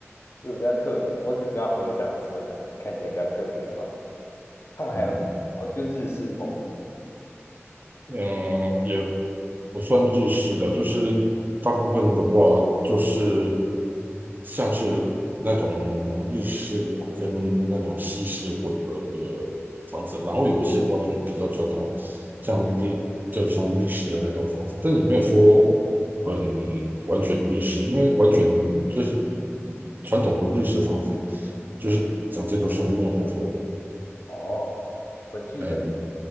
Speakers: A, on the left (about 60°); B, on the right (about 40°).
A: 又比较特别，我只知道合掌村啊，看起来比较特别的房子。他们还有什么？
B: 嗯
A: 哦，就日式风格。
B: 嗯，呃，也不算日式的，就是大部分的话就是像是那种日式跟那种西式混合的房子，然后有一些的话就是比较传统，像日就像日式的那种房子，但也没有说很完全日式，因为完全就是传统的日式房子就是整间都是用木头做的，
A: 哦，我记得。
B: 哎，嗯